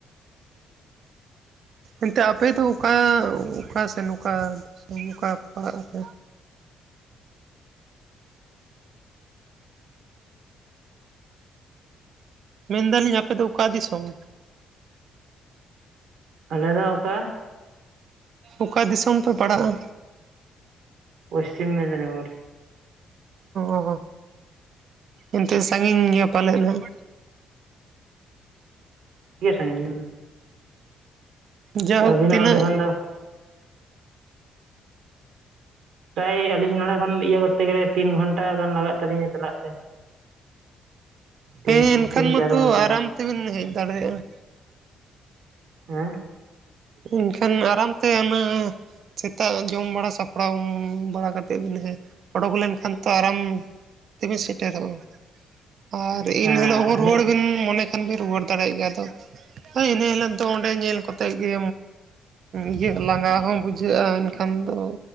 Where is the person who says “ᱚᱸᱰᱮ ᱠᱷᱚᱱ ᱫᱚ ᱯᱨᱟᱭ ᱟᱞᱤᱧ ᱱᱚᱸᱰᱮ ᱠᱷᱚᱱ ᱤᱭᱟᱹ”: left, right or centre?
Right